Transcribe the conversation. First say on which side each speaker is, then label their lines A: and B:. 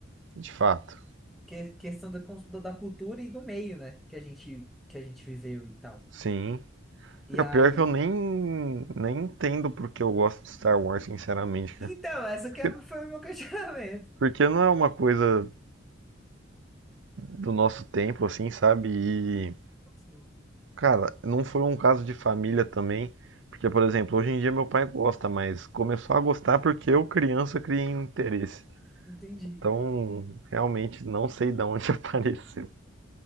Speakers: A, on the right; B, in the centre.
A: de fato.
B: Que é questão da, cons- da cultura e do meio, né? Que a gente, que a gente viveu e tal.
A: Sim.
B: E
A: É
B: aí.
A: pior é que eu nem, nem entendo porque eu gosto de Star Wars, sinceramente,
B: Então,
A: cara.
B: essa
A: Porque,
B: que é- foi o meu <laughs> questionamento.
A: porque não é uma coisa do nosso tempo, assim, sabe? E
B: Sim,
A: Cara, não foi um caso de família também, porque, por exemplo, hoje em dia meu pai gosta, mas começou a gostar porque eu, criança, criei um interesse.
B: entendi.
A: Então, realmente não sei de onde <laughs> apareceu